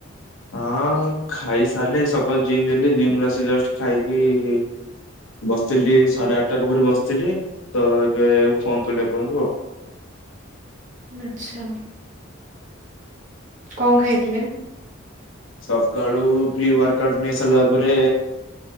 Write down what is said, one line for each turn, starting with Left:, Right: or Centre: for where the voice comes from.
Left: ହଁ ଖାଇ ସାରିଲେ ସକାଳୁ ଜିମ୍ ଯାଇଥିଲେ ଜିମରୁ ଆସି ଜଷ୍ଟ ଖାଇକି-ଇ ବସିଥିଲି ଟିକେ, ସାଢେ ଆଠଟା ପାଖରୁ ବସିଥିଲି ତ ଏବେ ଫୋନ୍ କଲି ଆପଣଙ୍କୁ ଆଉ।
Right: ଆଛା। କଣ ଖାଇଥିଲେ?
Left: ସକାଳୁ ପ୍ରି ୱାର୍କାଉଟ ନେଇ ସାରିଲା ପରେ